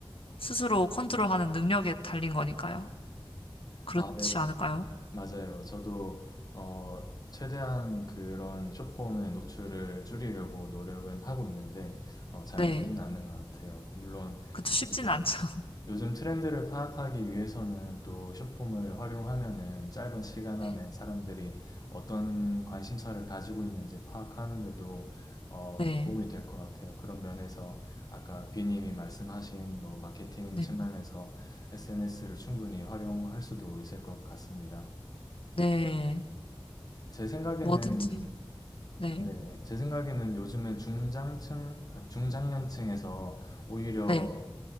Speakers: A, on the left (about 85°); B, on the left (about 45°).
A: 스스로 컨트롤하는 능력에 달린 거니까요. 그렇지
B: 아, 네.
A: 않을까요?
B: 맞아요. 저도 어, 최대한 그런 숏폼의 노출을 줄이려고 노력은 하고 있는데 어, 잘
A: 네.
B: 되지는
A: 네.
B: 않는 것 같아요. 물론
A: 그쵸, 쉽진
B: 이제
A: 않죠. <laughs>
B: 요즘 트렌드를 파악하기 위해서는 또 숏폼을 활용하면은 짧은 시간
A: 네.
B: 안에 사람들이 어떤 관심사를 가지고 있는지 파악하는데도 어,
A: 네.
B: 도움이 될 것 같아요. 그런 면에서 아까 비님이 말씀하신 뭐 마케팅
A: 네.
B: 측면에서 SNS를 충분히 활용할 수도 있을 것 같습니다.
A: 네.
B: 제 생각에는
A: 뭐든지. 네.
B: 네, 제 생각에는 요즘에 중장층, 아, 중장년층에서 오히려
A: 네.